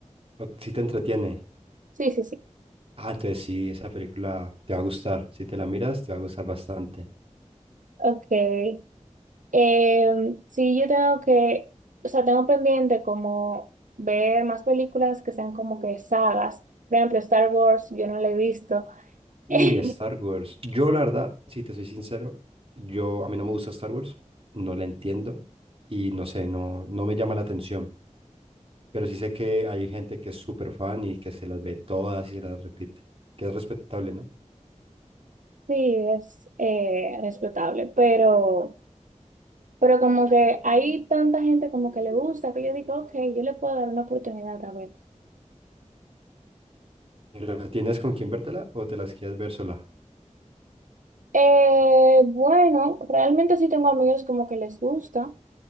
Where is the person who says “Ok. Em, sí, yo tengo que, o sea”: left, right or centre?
Right